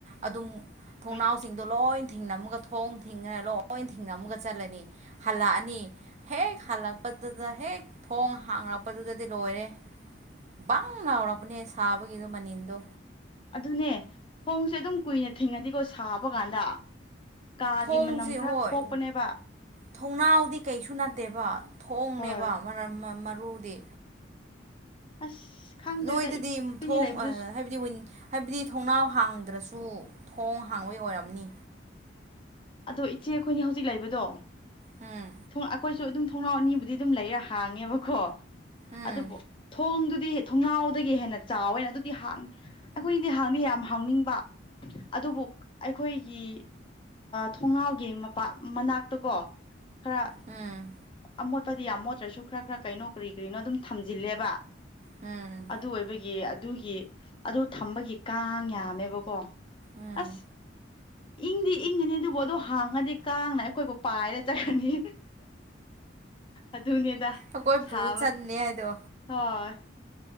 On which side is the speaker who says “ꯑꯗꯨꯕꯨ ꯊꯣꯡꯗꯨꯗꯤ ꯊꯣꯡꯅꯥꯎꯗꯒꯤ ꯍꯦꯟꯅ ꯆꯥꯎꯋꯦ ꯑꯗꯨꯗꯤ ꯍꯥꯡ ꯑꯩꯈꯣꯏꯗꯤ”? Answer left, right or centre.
Left